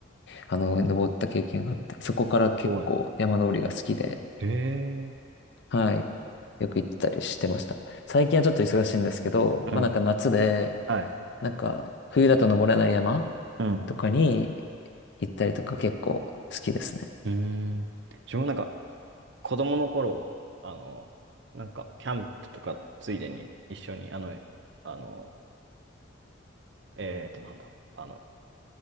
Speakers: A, on the left; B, on the right.
A: あの、登った経験があって、そこから結構山登りが好きで、
B: ごい。ええ
A: はい。よく行ってたりしてました。最近はちょっと忙しいんですけど、
B: うん。
A: まあなんか夏で、
B: はい。
A: なんか冬だと登れない山
B: うん。
A: とかに行ったりとか結構好きですね。
B: うーん。自分もなんか、子供の頃、あの、なんか、キャンプとか、ついでに一緒に、あの、あの、えーと、なんだろう、あの、